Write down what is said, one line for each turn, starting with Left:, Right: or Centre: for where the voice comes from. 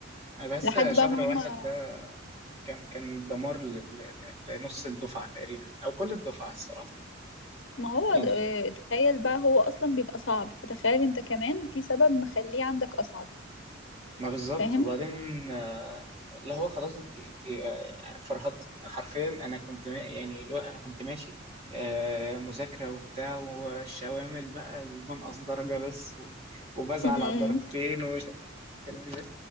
Right: أنا بحس
Left: لحد
Right: شهر
Left: بقى ما
Right: واحد
Left: هم
Right: كان كان دمار ل- ل- لنص الدفعة تقريبا أو كل الدفعة الصراحة
Left: ما هو
Right: يعني
Left: د- آه، تخيل بقى هو اصلا بيبقى صعب فتخيل انت كمان في سبب مخليه عندك اصعب
Right: ما بالظبط
Left: فاهم
Right: وبعدين آه، اللي هو خلاص أنت أنت آه، فرهدتي حرفيا أنا كنت ما- يعني اللي هو أنا كنت ماشي آه، مذاكرة وبتاع والشوامل بقى المنقص درجة بس و- وبزعل
Left: أمم،
Right: على الدرجتين ومش عارف الكلام ده